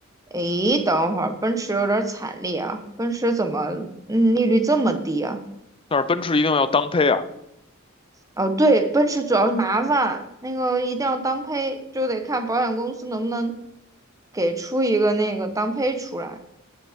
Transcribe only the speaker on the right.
诶，等会儿，奔驰有点惨烈啊！奔驰怎么，嗯，利率这么低啊？
哦，对，奔驰主要是麻烦，那个一定要当配，就得看保险公司能不能给出一个那个当配出来，